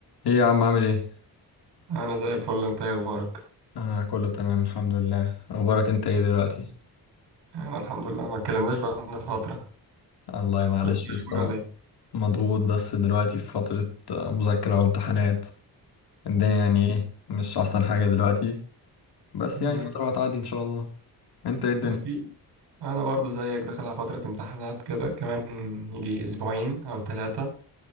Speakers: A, on the left; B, on the right.
A: ايه يا عم عامل ايه؟
B: انا زي الفل انت ايه اخبارك
A: انا كله تمام الحمد لله اخبارك انت ايه دلوقتي؟
B: انا الحمد لله ما اتكلمناش بقالنا فتره
A: الله معلش
B: كنت مشغول
A: يا اسطى
B: ولا ايه
A: مضغوط بس دلوقتي في فترة آه، مذاكرة وامتحانات الدنيا يعني ايه مش احسن حاجة دلوقتي بس
B: أمم،
A: يعني فترة وهتعدي ان شاء الله انت ايه الدنيا؟
B: اكيد انا برضو زيك داخل على فتره امتحانات كده كمان يجي اسبوعين او ثلاثه